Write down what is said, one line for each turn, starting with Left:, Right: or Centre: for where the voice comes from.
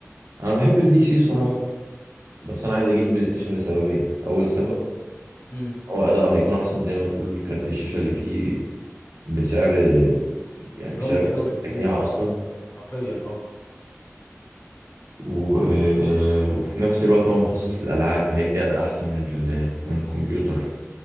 Right: انا بحب البي سي بصراحه بس انا عايز اجيب بلاي ستيشن لسببين اول سبب
Left: امم
Right: هو اداؤه هيكون احسن زي ما بتقول كارت الشاشه اللي فيه بسعر يعني بسعر
Left: رمزي قوي
Right: التجميع
Left: امم
Right: اصلا
Left: حرفيا اه
Right: و... وفي نفس الوقت هو مخصص للالعاب فهيدي اداء احسن من ال... من الكمبيوتر